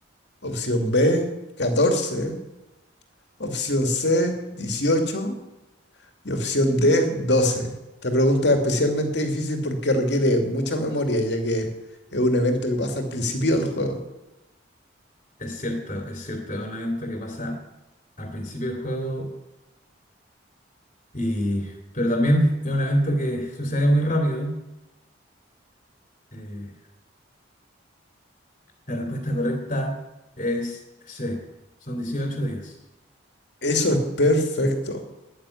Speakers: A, on the left; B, on the left.
A: opción B, 14, opción C, 18 y opción D, 12. Esta pregunta es especialmente difícil porque requiere mucha memoria, ya que es un evento que pasa al principio del juego.
B: Es cierto, es cierto, es un evento que pasa al principio del juego Y, pero también es un evento que sucede muy rápido. Eh, la respuesta correcta es C. Son 18 días.
A: Eso es perfecto.